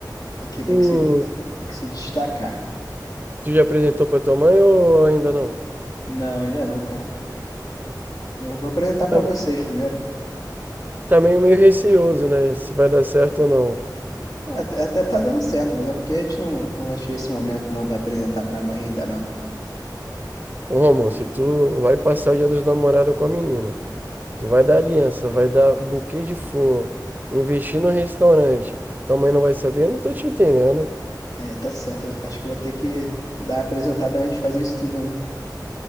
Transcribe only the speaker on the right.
Tu,
tu já apresentou pra tua mãe ou ainda não?
Tá,
tá meio, meio receoso, né? Se vai dar certo ou não.
Ô, Romulo, se tu vai passar o Dia dos Namorados com a menina, tu vai dar aliança, vai dar buquê de flor, investir no restaurante, tua mãe não vai saber? Eu não tô te entendendo.